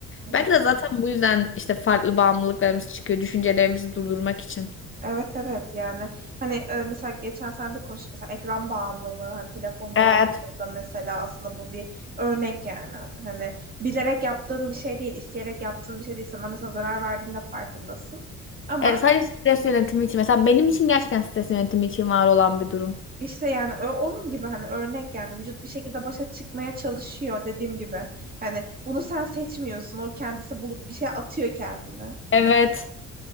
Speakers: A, on the right; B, on the left.
A: Evet.
B: Belki de zaten bu yüzden işte farklı bağımlılıklarımız çıkıyor. Düşüncelerimizi durdurmak için.
A: Evet evet yani hani e, mesela geçen sene de konuştuk mesela ekran bağımlılığı hani telefon
B: Evet.
A: bağımlılığı da mesela aslında bu bir örnek yani hani bilerek yaptığın bir şey değil isteyerek yaptığın bir şey değil sana mesela zarar verdiğinde farkındasın ama
B: Evet, sadece stres yönetimi için. Mesela benim için gerçekten stres yönetimi için var olan bir durum.
A: İşte yani ö- onun gibi hani örnek yani vücut bir şekilde başa çıkmaya çalışıyor dediğim gibi. Hani bunu sen seçmiyorsun. O kendisi bulup bir şey atıyor kendine.
B: Evet.